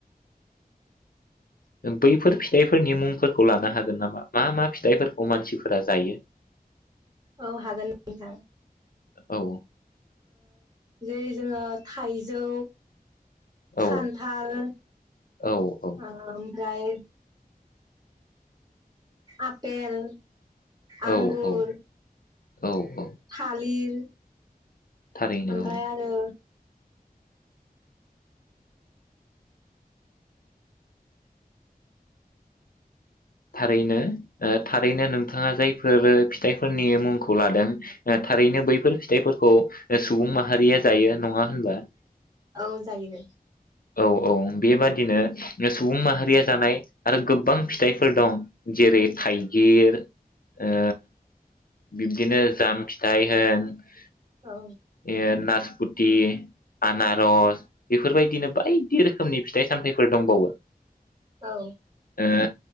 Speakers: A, on the left; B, on the right.
A: बैफोर फिथाइफोरनि मुंफोरखौ लानो हागोन नामा मा मा फिथाइफोरखौ मानसिफोरा जायो?
B: औ हागोन नोंथां।
A: औ
B: जे जोङो थाइजौ खान्थाल
A: औ औ औ
B: ओमफ्राय आपेल आंगुर
A: औ औ औ औ
B: थालिर।
A: थारैनो
B: ओमफाय
A: औ
B: आरो
A: थारैनो ओ थारैनो नोंथाङा जायफोर फिथाइफोरनि मुंखौ लादों ओ थारैनो बैफोर फिथाइफोरखौ सुबुं माहारिया जायो नङा होनबा?
B: औ जायो।
A: औ औ बेबादिनो सुबुं माहारिया जानाय आरो गोबां फिथाइ फोर दं जेरै थाइगिर ओ बिब्दिनो जाम फिथाइ होन ए
B: औ
A: नास फुथि आनारस बेफोरबायदिनो बायदि रोखोमनि फिथाइ सामथायाइ फोर दंबावो।
B: औ।
A: ओ